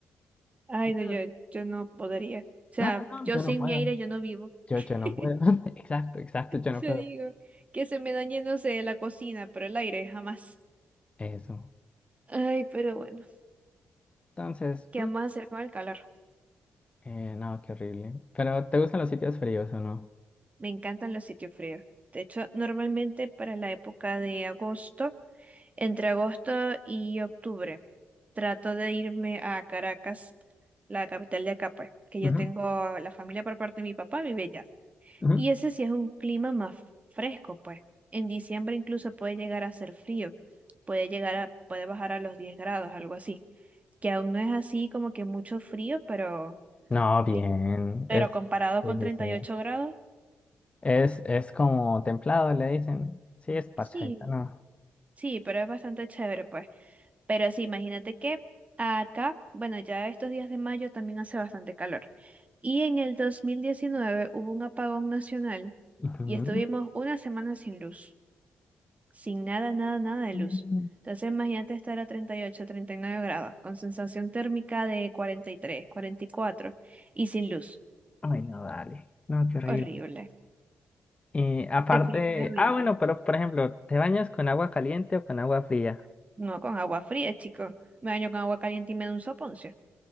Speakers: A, on the right (about 30°); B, on the left (about 25°).
A: Ay,
B: Entonces,
A: no, yo, yo no podría. O sea,
B: no, no, no,
A: yo
B: yo
A: sin
B: no puedo.
A: mi aire yo no vivo.
B: Yo,
A: <laughs>
B: yo no puedo. <laughs> Exacto, exacto, yo
A: Yo
B: no puedo.
A: digo que se me dañe, no sé, la cocina, pero el aire jamás.
B: Eso.
A: Ay, pero bueno,
B: Entonces,
A: ¿qué
B: mm,
A: vamos a hacer con el calor?
B: eh, no, qué horrible. Pero, ¿te gustan los sitios fríos o no?
A: Me encantan los sitios fríos. De hecho, normalmente para la época de agosto. Entre agosto y octubre trato de irme a Caracas, la capital de acá, pues, que
B: Ujú,
A: yo tengo la familia por parte de mi papá, vive allá.
B: ujú.
A: Y ese sí es un clima más fresco, pues. En diciembre incluso puede llegar a ser frío, puede llegar a, puede bajar a los 10 grados, algo así. Que aún no es así como que mucho frío, pero,
B: No,
A: ri-
B: bien.
A: pero
B: Es,
A: comparado
B: sí,
A: con
B: sí,
A: treinta
B: sí.
A: y ocho grados,
B: Es, es como templado, le dicen. Sí, es parchadita,
A: sí,
B: no.
A: sí, pero es bastante chévere, pues. Pero sí, imagínate que acá, bueno, ya estos días de mayo también hace bastante calor. Y en el 2019 hubo un apagón nacional
B: Ujú.
A: y estuvimos una semana sin luz, sin nada, nada, nada de luz.
B: Mm,
A: Entonces imagínate estar a treinta treinta y ocho treinta y nueve grados, con sensación térmica de 43, 44 y cuatro y sin luz.
B: Ay, no, dale. No, qué horrible.
A: Horrible.
B: Y aparte,
A: Definitivamente.
B: ah, bueno, pero por ejemplo, ¿te bañas con agua caliente o con agua fría?
A: No, con agua fría, chico. Me baño con agua caliente y me da un soponcio.